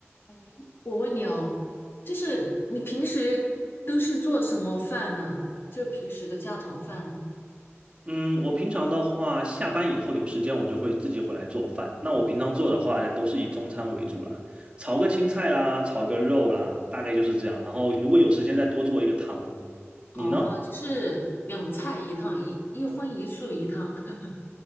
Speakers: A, on the left; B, on the right.
A: 哎，我问你哦，就是你平时都是做什么饭呢？就平时的家常饭
B: 嗯，我平常的话，下班以后有时间我就会自己回来做饭。那我平常做的话，都是以中餐为主啦，炒个青菜啦，炒个肉啦，大概就是这样。然后如果有时间再多做一个汤。你呢？
A: 哦，就是两菜一汤，一一荤一素一汤。<laughs>